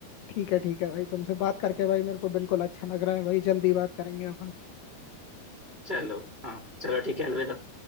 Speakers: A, on the left; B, on the right.
A: ठीक है ठीक है भाई तुमसे बात करके भाई मेरे को बिल्कुल अच्छा लग रहा है भाई जल्दी बात करेंगे अपन
B: चलो हाँ चलो ठीक है अलविदा